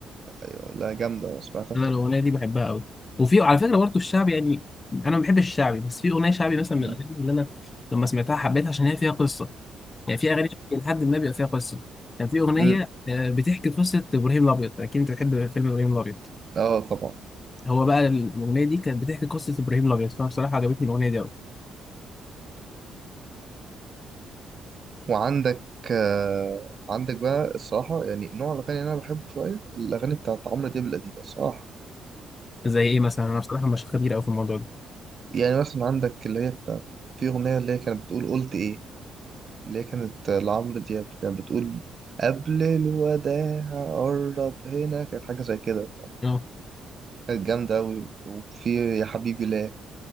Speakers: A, on the right; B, on the left.
A: أيوة، لا جامده سمعتها
B: انا الاغنيه دي بحبها قوي وفي على فكره برضه الشعبي يعني انا ما بحبش الشعبي بس في اغنيه شعبي مثلا من
A: امم
B: الاغاني اللي انا لما سمعتها حبيتها عشان هي فيها قصه يعني في اغاني لحد ما بيبقى فيها قصه كان في اغنيه
A: امم
B: آه، بتحكي قصه ابراهيم الابيض اكيد انت بتحب فيلم ابراهيم الابيض
A: اه طبعا
B: هو بقى الاغنيه دي كانت بتحكي قصه ابراهيم الابيض فانا بصراحه عجبتني الاغنيه دي قوي
A: وعندك آه، عندك بقى الصراحة يعني نوع الأغاني اللي أنا بحبه شوية الأغاني بتاعت عمرو دياب القديمة الصراحة
B: زي ايه مثلا انا بصراحه مش خبير قوي في الموضوع ده
A: يعني مثلا عندك اللي هي بتاعت في أغنية اللي هي كانت بتقول قلت إيه اللي هي كانت آه، لعمرو دياب كانت بتقول قبل الوداع قرب هنا كانت حاجة زي كده
B: اه
A: كانت جامدة أوي وفي يا حبيبي لا